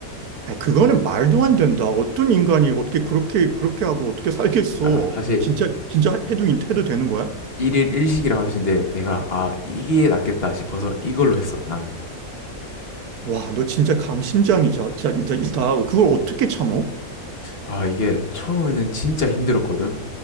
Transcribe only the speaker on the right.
아니, 그거는 말도 안 된다. 어떤 인간이 어떻게 그렇게, 그렇게 하고 어떻게 살겠어.
진짜, 진짜 해도, 해도 되는 거야?
와, 너 진짜 강심장이자, 자, 이다. 이다. 그걸 어떻게 참어?